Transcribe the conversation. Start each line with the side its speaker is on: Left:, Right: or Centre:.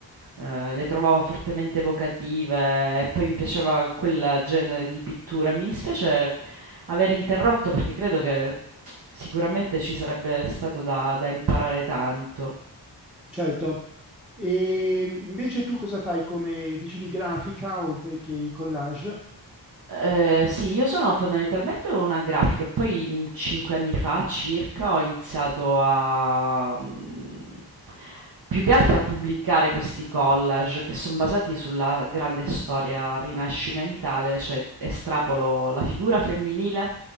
Right: Ehm, le trovavo fortemente evocative e poi mi piaceva quel genere di pittura. Mi dispiace aver interrotto perché credo che sicuramente ci sarebbe stato da da imparare tanto.
Centre: certo. E invece tu cosa fai come, dicevi, grafica oltre che i collage?
Right: Eh, sì, io sono fondamentalmente una grafica, poi mh, cinque anni fa circa ho iniziato a mh, più che altro a pubblicare questi collage che sono basati sulla grande storia rinascimentale, cioè estrapolo la figura femminile